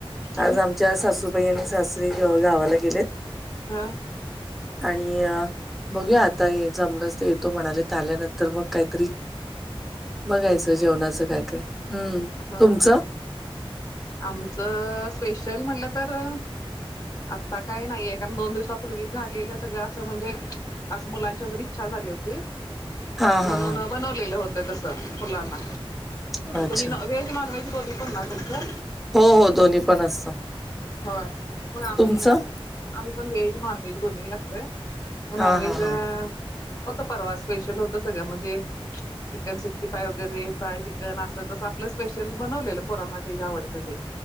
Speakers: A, on the left (about 35°); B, in the centre.
A: ह
B: आज आम ज्या सासूबाई आणि सासरी गावाला गेलेत
A: हा
B: आणि बघू आता जमलंच तर येतो म्हणाले तर आल्यानंतर मग काहीतरी बघायचं
A: स्पेशल
B: जेवणाचं काय काय हम्म,
A: हो
B: तुमचं?
A: आमचं स्पेशल म्हणलं तर- आत्ता काय नाहीये कारण दोन दिवसापूर्वीच झालेलं सगळं असं म्हणजे असं मुलांची वगैरे इच्छा झाली होती
B: हां, हां,
A: म्हणून बनवलेलं होतं तस मुलांना
B: हां. अच्छा.
A: तुम् न व्ज नन वहेज बोल पण ना तुचं
B: हो, हो, दोन्ही पण असतं.
A: होय मग आम्ही
B: तुमचं
A: आम्ही पण व्हेज नॉन व्हेज दोन्ही अस असतय मग
B: हा
A: नॉनव्हेज
B: हा हा
A: होत परवा स्पेशल होत सगळं म्हणजे चिकन सिक्स्टी फाय वगैरे फ्राय चिकन अस तसं आपलं स्पेशल बनवलेलं पोरांना जे जे आवतं ते